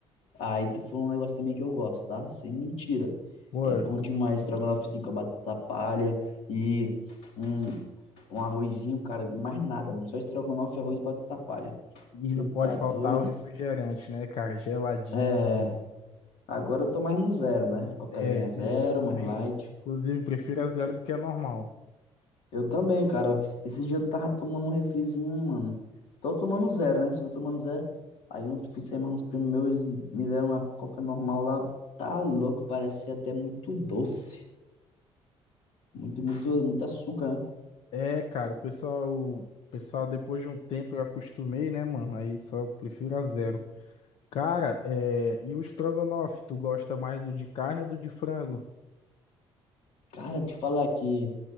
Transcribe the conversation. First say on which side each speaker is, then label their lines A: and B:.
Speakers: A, on the left; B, on the left.
A: Aí tu falou um negócio também que eu gosto, tá? Sem mentira.
B: Pô,
A: É bom
B: tu-
A: demais estrogonofezinho com a batata palha e um, um arrozinho, cara, mais nada, mano. Só estrogonofe, arroz e batata palha.
B: e
A: Você
B: não pode
A: tá
B: faltar
A: doido?
B: o refrigerante, né, cara? Geladinho.
A: É, agora eu tô mais no zero, né? Cocazinha
B: É,
A: zero,
B: é, eu também.
A: mais light.
B: Inclusive, prefiro a zero do que a normal.
A: Eu também, cara. Esse dia eu tava tomando um refrizinho, mano. Estou tomando zero, né? Estou tomando zero. Aí eu fui sair mais uns primos meus, eles me deram uma coca normal lá. Tá louco, parecia até muito doce. Muito, muito, muito açúcar, né?
B: É, cara, o pessoal, o pessoal, depois de um tempo eu acostumei, né, mano? Aí só prefiro a zero. Cara, é, e o estrogonofe, tu gosta mais do de carne ou do de frango?
A: Cara, te falar que